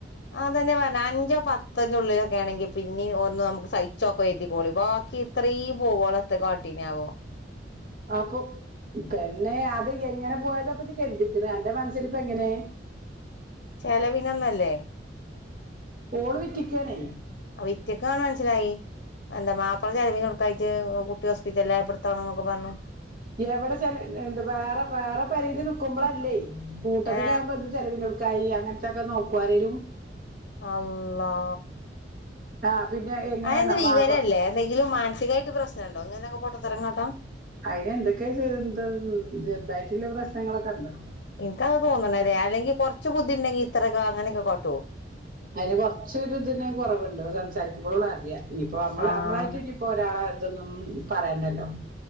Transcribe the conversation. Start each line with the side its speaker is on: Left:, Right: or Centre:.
Left: അതന്നെ പർഞ്ഞെ അഞ്ചോ പത്തഞ്ചോ ഉള്ളിലൊക്കെ ആണെങ്കിൽ പിന്നിം ഓ ന്നും നമുക്ക് സഹിച്ചോക്ക കര്തിക്കോളി ബാക്കി ഇത്രേം പോവോളം എത്തെ കാട്ടീന്യാവോ
Right: ആപ്പൊ പെണ്ണെ അത് എങ്ങനെ പോയതാ പ്പം കര്തീക്ണത് അന്റെ മനസ്സില് ഇപ്പം എങ്ങനെ
Left: ചെലവിനൊന്നല്ലേ
Right: ഓള് വിറ്റക്കാണെ
Left: വിറ്റ്ക്കാന്ന് മനസ്സിലായി എന്താ മാപ്പള ചെലവിനൊട്ക്കായിട്ട് ഒ കുട്ടി ഹോസ്പറ്റല്ലായപ്പോ ഇട്ത്തതാണ് ന്നൊക്കെ പറഞ്ഞു
Right: <unintelligible> വേറെ വേറെ പെരേല് നിക്കുമ്പളല്ലേ കൂട്ടത്തിലാഉമ്പോ
Left: ഏ
Right: എന്ത് ചെലവിനൊടുക്കായി അങ്ങൻത്തൊക്കെ നോക്കോ ആരേലു
Left: അള്ളാ
Right: ആഹ് പിന്നെ എങ്ങനെയെന്നാ
Left: അഹ് ന്ത് വിവരല്ലേ
Right: മാപ്പള
Left: എന്തെങ്കിലും മാനസികായിട്ട് പ്രശ്നംണ്ടോ ഇങ്ങനൊക്കെ പൊട്ടത്തെരം കാട്ടാ.
Right: അയിന് എന്തൊക്കെ <unintelligible> ചെർതായിട്ട്ള്ള പ്രശ്നങ്ങളൊക്കെണ്ട്.
Left: ഇൻക്കാ തോന്ന്ണത് അല്ലെങ്കി കൊർച്ച് ബുദ്ധിണ്ടെങ്കി ഇത്രൊക്കെ അങ്ങനൊക്കെ കാട്ടോ.
Right: അയ്ന് കൊർച്ചൊരു തിനെ കൊറവ്ണ്ട്. സംസാരിക്കുമ്പോളൊ ള്ളൂ അറിയാ. ഞ്ഞിപ്പോ അമ്മള്
Left: ആഹ്
Right: അമ്മളായിട്ട് ഇനിയിപ്പോ ഒരാളെ ഇതൊന്നും പറയണ്ടല്ലോ.